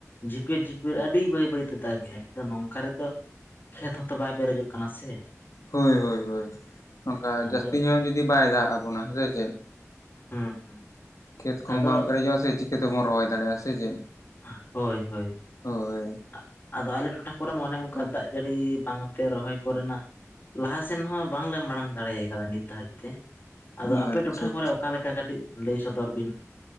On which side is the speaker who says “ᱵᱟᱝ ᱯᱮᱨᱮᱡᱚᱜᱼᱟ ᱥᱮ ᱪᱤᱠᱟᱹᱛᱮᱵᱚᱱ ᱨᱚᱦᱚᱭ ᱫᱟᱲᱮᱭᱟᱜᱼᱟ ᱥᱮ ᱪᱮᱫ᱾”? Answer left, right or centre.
Left